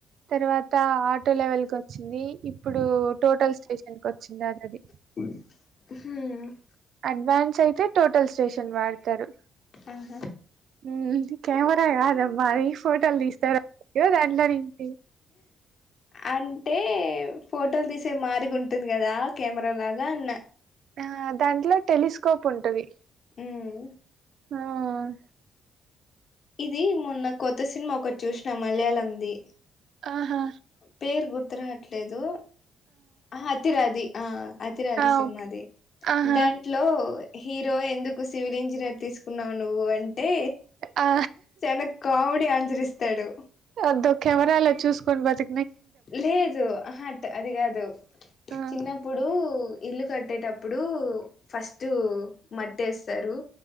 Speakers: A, on the right; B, on the left.
A: తర్వాత ఆటో లెవెల్ కోచ్చింది ఇప్పుడు టోటల్ స్టేషన్ కోచ్చింది ఆల్రెడీ
B: ఉమ్మ్
A: అడ్వాన్స్ అయితే టోటల్ స్టేషన్ వాడుతారు
B: మ్మ్ఉమ్మ్
A: ఉహ్మ్ కెమెరా కాదమ్మా అది ఫోటోల్ తీస్తార్ <inaudible> దాంట్లో నుంచి
B: అంటే ఫోటోలు తీసే మారిగుం టుంది కదా కెమెరా లాగా అన్న
A: ఆ దాంట్లో టెలిస్కోప్ ఉంటది
B: ఉమ్మ్
A: ఆహ్
B: ఇది మొన్న కొత్త సినిమా ఒకటి చూసిన మలయాళంది
A: ఆహా
B: పేరు గుర్తు రావట్లేదు ఆ అథిరాది ఆ అతిరాది
A: ఆ
B: సినిమాది
A: ఓకే ఆహా
B: దాం ట్లో హీరో ఎందుకు సివిల్ ఇంజనీర్ తీసుకున్నావు నువ్వు అంటే
A: ఆ
B: చాన కామెడీ ఆన్సర్ ఇస్తాడు
A: అద్దో కెమెరాలో చూసుకొని బతి
B: లేదు ఆహ్ అట్ అది కాదు
A: ఆ
B: చిన్న ప్పుడు ఇల్లు కట్టేటప్పుడు ఫస్ట్ మట్టేస్తారు